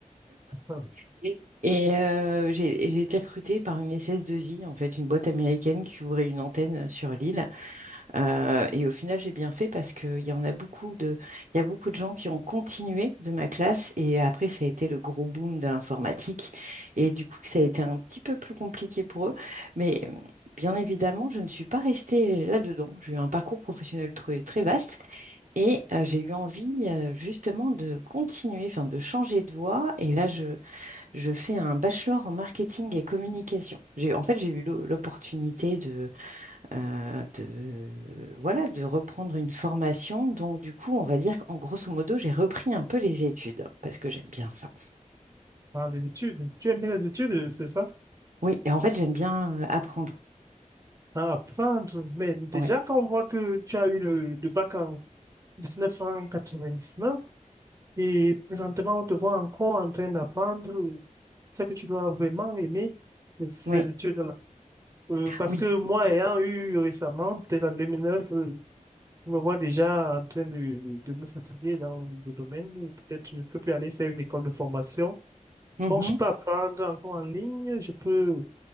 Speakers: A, on the right; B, on the right.
A: Ah.
B: <laughs> Et euh, j'ai j'ai été recrutée par une SS2I, en fait, une boîte américaine qui ouvrait une antenne euh, sur l'île. Euh, et au final, j'ai bien fait parce qu'il y en a beaucoup de, il y a beaucoup de gens qui ont continué de ma classe et après, ça a été le gros boom de l'informatique et du coup, ça a été un petit peu plus compliqué pour eux. Mais euh, bien évidemment, je ne suis pas restée là-dedans. J'ai eu un parcours professionnel très, très vaste et euh, j'ai eu envie euh, justement de continuer, enfin de changer de voie. Et là, je, je fais un bachelor en marketing et communication. J'ai, en fait, j'ai eu l'o- l'opportunité euh, de, voilà, de reprendre une formation. Donc, du coup, on va dire qu'en grosso modo, j'ai repris un peu les études parce que j'aime bien ça.
A: Ah, les études. Tu aimes bien les études, c'est ça?
B: Oui, et en fait, j'aime bien euh, apprendre.
A: à apprendre. Mais déjà,
B: Ouais,
A: quand on voit que tu as eu le, le bac en 1999 et présentement, on te voit encore en train d'apprendre, c'est que tu dois vraiment aimer euh, ces
B: ouais,
A: études-là. Euh, parce
B: oui.
A: que moi, ayant eu récemment, peut-être en 2009, euh, je me vois déjà en train de, de de me fatiguer dans le domaine. Peut-être je ne peux plus aller faire une école de formation.
B: mhm.
A: Bon, je peux apprendre encore en ligne, je peux,